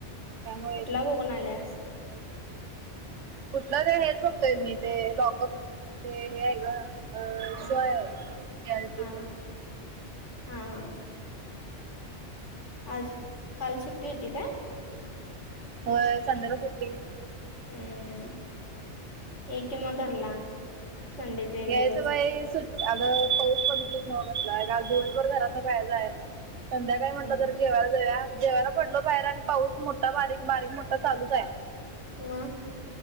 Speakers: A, on the right (about 85°); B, on the left (about 85°).
A: त्यामुळे
B: कुठला बघून आल्यास?
A: कुठला ते हेच बघतोय मी ते लॉकअप ते हे आहे ग अ
B: हा
A: शो आहे रियालिटी
B: हा
A: शो
B: हा आज काल सुट्टी होती का?
A: होय संडे ला सुट्टी
B: हम्म ये कि मग घरला संडेचा एक
A: यायचं
B: दिवस.
A: बाई सुट्ट आग पाऊस बघितला ना कसला काल दिवसभर घरातन बाहेर जायला नाही संध्याकाळी म्हटलं
B: हम्म
A: जरा जेवाला जेवाला पडलो बाहेर आणि पाऊस मोठा बारीक बारीक मोठा चालूच आहे.
B: मग.